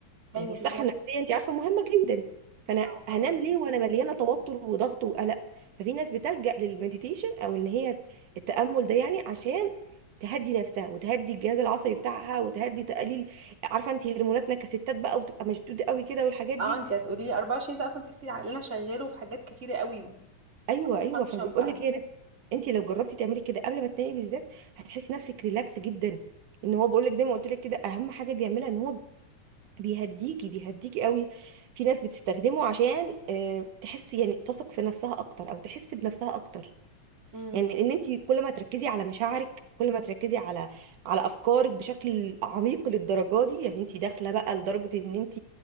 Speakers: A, on the right; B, on the right.
A: ايوه
B: يعني الصحة
A: بالظبط
B: النفسية انت عارفة مهمة جدا فانا
A: اه
B: هنام
A: طبعا
B: ليه
A: مساس
B: وانا
A: حاجه
B: مليانة توتر وضغط وقلق ففي ناس بتلجأ للمديتيشن او ان هي التأمل ده يعني عشان تهدي نفسها وتهدي الجهاز العصبي بتاعها وتهدي تقليل عارفة انت هرموناتنا كستات بقى وبتبقى مشدودة قوي كده والحاجات دي
A: اه انت هتقولي لي 24 ساعه اصلا تحسي عقلنا شغال وفي حاجات كتيره قوي
B: ايوه
A: مالتي
B: ايوه
A: فانكشن
B: فبقول
A: بقى
B: لك إيه يا ناس انت لو جربتي تعملي كده قبل ما تنامي بالذات هتحسي نفسك ريلاكس جدا ان هو بقول لك زي ما قلت لك كده اهم حاجة بيعملها ان هو بيهديكي بيهديكي قوي في ناس بتستخدمه عشان آه، تحس يعني تثق في نفسها اكتر او تحس بنفسها اكتر
A: امم
B: يعني ان انت كل ما تركزي على مشاعرك كل ما تركزي على على افكارك بشكل عميق للدرجه دي يعني انت داخله بقى لدرجه ان انت